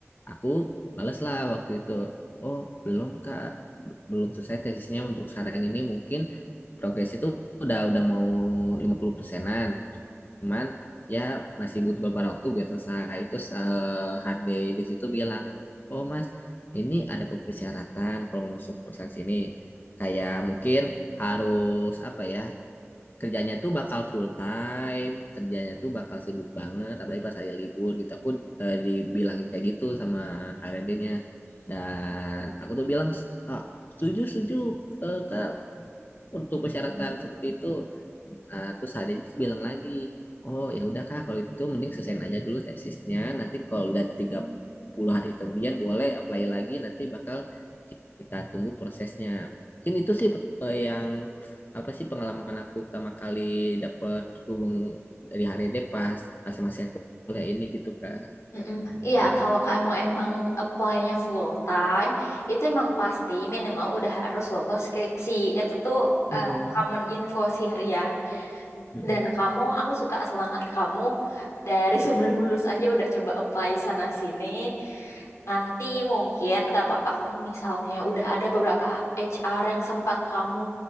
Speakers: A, on the left; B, on the left.
A: aku balas lah waktu itu Oh, belum Kak belum selesai tesisnya untuk sekarang ini mungkin progres itu udah udah mau lima puluh persenan cuman ya masih butuh beberapa waktu biar selesai itu HD di situ bilang oh mas ini ada beberapa persyaratan kalau mau masuk perusahaan sini kayak mungkin harus apa ya kerjanya tuh bakal full time, kerjanya tuh bakal sibuk banget, apalagi pas hari libur gitu. Aku eh, dibilangin kayak gitu sama HRD-nya. Dan aku tuh bilang, "Ah, setuju, setuju, eh, Kak, untuk persyaratan seperti itu Eh, terus adanya itu bilang lagi, oh ya udah kak kalau itu mending selesaiin aja dulu tesisnya. Nanti kalau udah tiga puluh hari kemudian boleh apply lagi. Nanti bakal kita tunggu prosesnya. Mungkin itu sih eh, yang apa sih pengalaman aku pertama kali dapet hubung dari hari ini pas masa-masa aku kuliah ini gitu kak.
B: Mm-mm. Iya, kalau kamu emang apply-nya full time, itu emang pasti minimal udah harus lolos skripsi. Itu tuh
A: Hmm,
B: eh, common info sih, Rian.
A: mm
B: Dan kamu, aku suka semangat kamu dari sebelum lulus aja udah coba apply sana sini. Nanti mungkin nggak apa-apa kamu misalnya udah ada beberapa HR yang sempat kamu